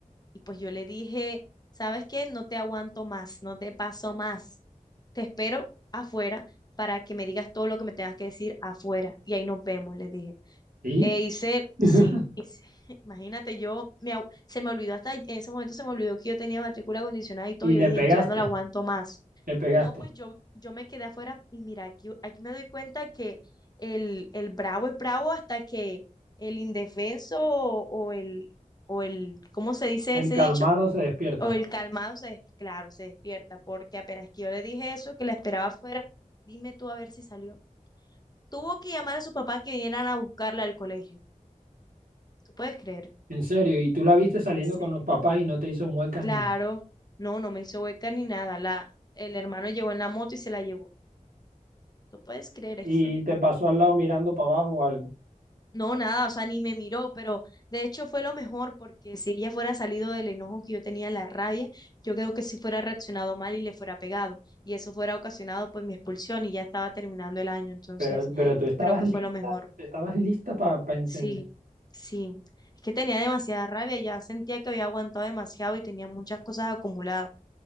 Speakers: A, on the left; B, on the right.
A: Y pues yo le dije, ¿sabes qué? No te aguanto más, no te paso más. Te espero afuera para que me digas todo lo que me tengas que decir afuera. Y ahí nos vemos, le dije.
B: Sí.
A: E hice,
B: <laughs>
A: sí, hice- <laughs> imagínate, yo me, au- se me olvidó hasta en ese momento se me olvidó que yo tenía matrícula condicionada y todo.
B: Y
A: Yo
B: le
A: dije,
B: pegaste,
A: ya no la aguanto más.
B: le pegaste.
A: No, pues yo, yo me quedé afuera y mira, aquí, aquí me doy cuenta que el, el bravo es bravo hasta que el indefenso o, o el, o el, ¿cómo se dice
B: El
A: ese
B: calmado
A: dicho?
B: se despierta.
A: O el calmado se, des- claro, se despierta, porque apenas que yo le dije eso, que la esperaba afuera, dime tú a ver si salió. Tuvo que llamar a su papá que vinieran a buscarla al colegio. ¿Tú puedes creer?
B: En serio, y tú la viste saliendo
A: En serio.
B: con los papás y no te hizo muecas
A: Claro,
B: ni nada.
A: no, no me hizo hueca ni nada. La, el hermano llegó en la moto y se la llevó. ¿Tú puedes creer eso?
B: Y te pasó al lado mirando para abajo o algo.
A: No, nada, o sea, ni me miró, pero de hecho fue lo mejor porque si ella fuera salido del enojo que yo tenía, la rabia, yo creo que sí fuera reaccionado mal y le fuera pegado. Y eso fuera ocasionado pues mi expulsión y ya estaba terminando el año. Entonces,
B: Pero, pero tú estabas
A: creo que
B: lista,
A: fue lo mejor.
B: tú estabas lista para encender.
A: Sí, sí. Es que tenía demasiada rabia, ya sentía que había aguantado demasiado y tenía muchas cosas acumuladas.